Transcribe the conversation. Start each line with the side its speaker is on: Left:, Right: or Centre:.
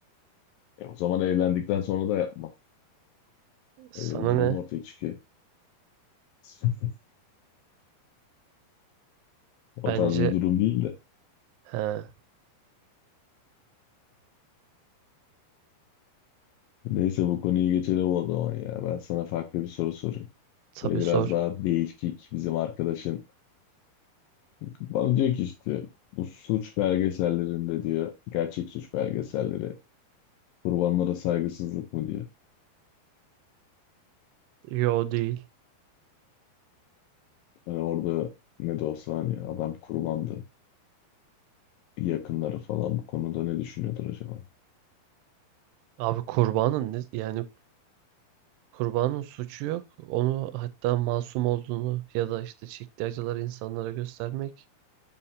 Left: E, o zaman evlendikten sonra da yapma.
Right: Sana
Left: Öyle bir durum
Right: ne?
Left: ortaya çıkıyor. <laughs> O
Right: Bence
Left: tarz bir durum değil de.
Right: he
Left: Neyse bu konuyu geçelim o zaman ya. Ben sana farklı bir soru sorayım.
Right: tabii
Left: Böyle biraz
Right: sor.
Left: daha değişik bizim arkadaşın. Bana diyor ki işte bu suç belgesellerinde diyor. Gerçek suç belgeselleri. Kurbanlara saygısızlık mı diyor.
Right: Yo değil.
Left: Hani orada ne de olsa hani adam kurbandı. Yakınları falan bu konuda ne düşünüyordur acaba?
Right: Abi kurbanın ne? Yani kurbanın suçu yok. Onu hatta masum olduğunu ya da işte çektiği acıları insanlara göstermek